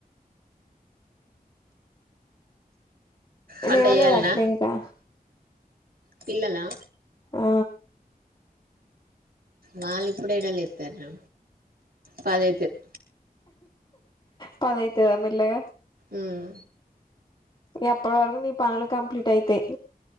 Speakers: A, on the right (about 75°); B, on the left (about 30°).
A: వంట
B: లేవలేదక్క
A: చేయాలనా
B: ఇంకా.
A: పిల్లలా
B: ఆ
A: వాళ్ళు ఇప్పుడ్డేడ లేత్తర్రా పది అయితద్.
B: పది అయితదా మెల్లగా.
A: ఉమ్
B: ఇగ అప్పటి వరకు నీ పనులు కంప్లీట్ అయితయ్.